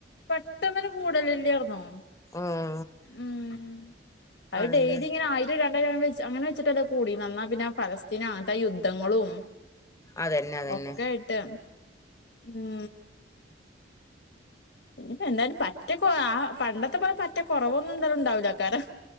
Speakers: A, on the left (about 70°); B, on the left (about 20°).
A: പെട്ടന്ന്ഒരു കൂടലാല്യർന്നോ
B: ഉം
A: ഉം അത്
B: അതന്നെ
A: ഡെയിലി ഇങ്ങനെ ആയി രണ്ടായിര വെ അങ്ങനെ വെച്ചിട്ടല്ലോ കൂടിന്നാ പിന്നെ ഫലസ്തിൻ അങ്ങനത്തെ യുദ്ധങ്ങളും
B: അതന്നെ അതന്നെ
A: ഒക്കെയായിട്ട് ഉം ഇനിയിപ്പ എന്തായാലും പറ്റക്ക്‌ പണ്ടത്തെ പോലെ പറ്റ കുറവൊന്നും എന്തായാലും ഉണ്ടാവില്ലക്കാരം